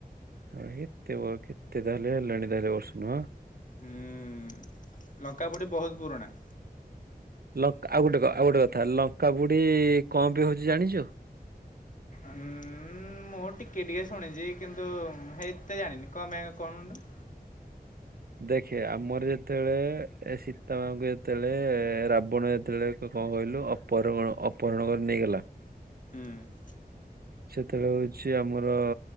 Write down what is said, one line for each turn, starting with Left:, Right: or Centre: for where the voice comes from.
Right: ହଁ ଏତେ ବ କେତେ ତାହାଲେ ହେଲାଣି ତାଲେ ବର୍ଷ ନୁଅଁ।
Left: ହୁଁ ଲଙ୍କା ପୋଡି ବହୁତ ପୁରୁଣା।
Right: ଲଙ୍କ୍ ଆଉ ଗୋଟେ କ ଆଉ ଗୋଟେ କଥା, ଲଙ୍କା ବୁଡି କଁ ପାଇଁ ହଉଚି ଜାଣିଚୁ?
Left: ଉୁଁମ୍ ମୁଁ ଟିକେ ଟିକେ ଶୁଣିଜି କିନ୍ତୁ ହେତେ ଜାଣିନି। କଣ ପାଇଁ କଣନୁ?
Right: ଦେଖେ ଆମର ଯେତେବେଳେ, ଏ ସୀତାମାଙ୍କୁ ଯେତେବେଳେ ରାବଣ ଯେତେବେଳେ କଣ କହିଲୁ? ଅପରଣ ଅପହରଣ କରି ନେଇଗଲା
Left: ହୁଁ
Right: ସେତେବେଳେ ହୋଉଚି ଆମର